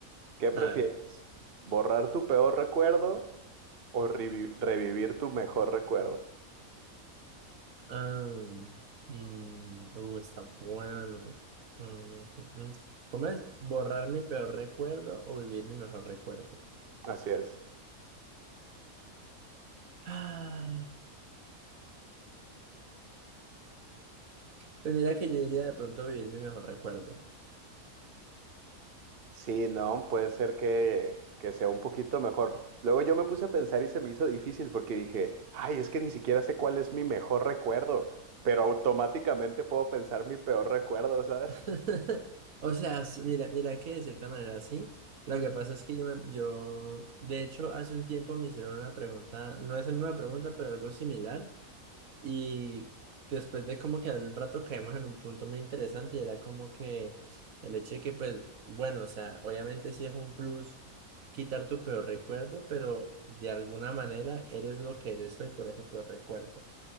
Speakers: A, on the right; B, on the right.
A: ¿Qué prefieres?
B: A ver,
A: ¿Borrar tu peor recuerdo o revi- revivir tu mejor recuerdo?
B: am, mm, uh, está bueno. Mm, mm, mm. ¿Cómo es borrar mi peor recuerdo o vivir mi mejor recuerdo?
A: Así es.
B: Ah, pues mira que yo diría de pronto vivir mi mejor recuerdo.
A: Sí, no, puede ser que, que sea un poquito mejor. Luego yo me puse a pensar y se me hizo difícil porque dije, ay, es que ni siquiera sé cuál es mi mejor recuerdo, pero automáticamente puedo pensar mi peor recuerdo, ¿sabes?
B: <laughs> O sea, s- mira, mira que de cierta manera sí. Lo que pasa es que yo, me- yo, de hecho, hace un tiempo me hicieron una pregunta, no es la misma pregunta, pero algo similar. Y después de como que al rato caímos en un punto muy interesante y era como que el hecho de que, pues, bueno, o sea, obviamente sí es un plus quitar tu peor recuerdo, pero de alguna manera eres lo que eres hoy por ese peor recuerdo.